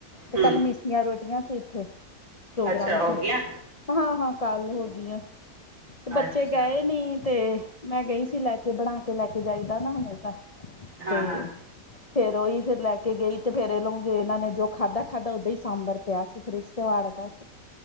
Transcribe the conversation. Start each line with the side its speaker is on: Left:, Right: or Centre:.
Left: ਤੇ
Right: ਹੂੰ
Left: ਕੱਲ ਮਿਸ ਜਾਂ ਰੋਟੀਆਂ ਸੀ ਇੱਥੇ ਪ੍ਰੋਗਰਾਮ
Right: ਅੱਛਾ ਹੋ
Left: ਸੀ
Right: ਗਿਆ
Left: ਹਾਂ ਹਾਂ ਕੱਲ ਹੋ ਗਈ ਆ ਤੇ ਬੱਚੇ
Right: ਅੱਛਾ
Left: ਗਏ ਨੀ ਤੇ ਮੈਂ ਗਈ ਸੀ ਲੈ ਕੇ ਬਣਾ ਕੇ ਲੈ ਕੇ ਜਾਈਦਾ ਨਾ ਹਮੇਸ਼ਾ
Right: ਹਾਂ
Left: ਤੇ
Right: ਹਾਂ
Left: ਫਿਰ ਉਹੀ ਫਿਰ ਲੈ ਕੇ ਗਈ ਤੇ ਫਿਰ ਇਹਲੋਂ ਇਹਨਾਂ ਨੇ ਜੋ ਖਾਧਾ ਖਾਧਾ ਉਦਾਂ ਹੀ ਸਾਂਬਰ ਪਿਆ ਸੀ ਫਿਰ ਉਹ ਅੜਦਾ ਸੀ